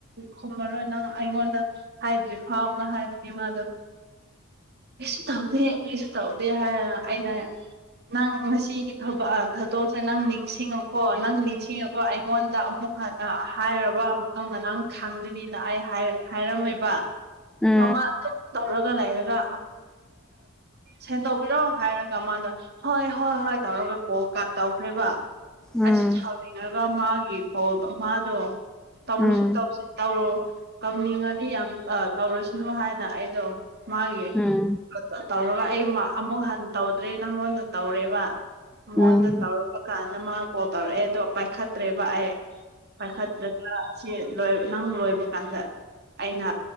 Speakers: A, on the right; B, in the centre.
A: ꯈꯨꯝꯃꯔꯣꯏ ꯅꯪ ꯑꯩꯉꯣꯟꯗ ꯍꯥꯏꯗ꯭ꯔꯤꯐꯥꯎꯅ ꯍꯥꯏꯕꯅꯤ ꯃꯥꯗꯣ ꯀꯁꯨ ꯇꯧꯗꯦ ꯀꯁꯨ ꯇꯧꯗꯦ ꯍꯥꯏ ꯑꯩꯅ ꯅꯪ ꯉꯁꯤꯒꯤꯛ ꯊꯥꯗꯣꯛꯁꯦ ꯅꯪ ꯅꯤꯡꯁꯤꯡꯉꯀꯣ ꯅꯪ ꯅꯤꯡꯁꯤꯡꯉꯀꯣ ꯑꯩꯉꯣꯟꯗ ꯑꯃꯨꯛ ꯍꯥꯏꯔꯕ ꯃꯇꯨꯡꯗ ꯅꯪ ꯈꯪꯒꯅꯤꯅ ꯑꯩ ꯍꯥꯏꯔꯝꯃꯦꯕ
B: ꯎꯝ ꯎꯝ
A: ꯣꯃ ꯑꯗꯨꯝ ꯇꯧꯔꯒ ꯂꯩꯔꯒ ꯁꯦꯟ ꯇꯧꯕꯤꯔꯣ ꯍꯥꯏꯔꯒ ꯀꯃꯗ ꯍꯣꯏ ꯍꯣꯏ ꯍꯣꯏ ꯇꯧꯔꯒ ꯀꯣꯜ ꯀꯥꯠ ꯇꯧꯈ꯭ꯔꯦꯕ
B: ꯎꯝ
A: ꯑꯩꯁꯨ ꯁꯥꯅꯤꯡꯉꯒ ꯃꯥꯒꯤ ꯈꯣꯜ ꯃꯥꯗꯣ ꯇꯧꯅꯁꯨ
B: ꯎꯝ
A: ꯇꯧꯁꯤ ꯇꯧꯔꯣ ꯇꯧꯅꯤꯡꯉꯗꯤ ꯌꯥꯝ ꯇꯧꯔꯁꯨ ꯨ ꯍꯥꯏꯅ ꯑꯩꯗꯣ ꯃꯥꯒꯤ
B: ꯎꯝ
A: ꯇꯧꯔꯒ ꯑꯩ ꯑꯃꯨꯛ ꯍꯟꯅ ꯇꯧꯗ꯭ꯔꯦ ꯅꯪꯉꯣꯟꯗ ꯇꯧꯔꯦꯕ ꯅꯉꯣꯟꯗ
B: ꯎꯝ
A: ꯇꯧꯔꯛꯄ ꯀꯥꯟꯗ ꯃꯥ ꯀꯣꯜ ꯇꯧꯔꯛꯑꯦ ꯇꯣ ꯄꯥꯏꯈꯠꯇ꯭ꯔꯦꯕ ꯑꯩ ꯄꯥꯏꯈꯠꯇ꯭ꯔꯒ ꯁꯤꯣꯏ ꯅꯪ ꯂꯣꯏꯕ ꯀꯥꯟꯗ ꯑꯩꯅ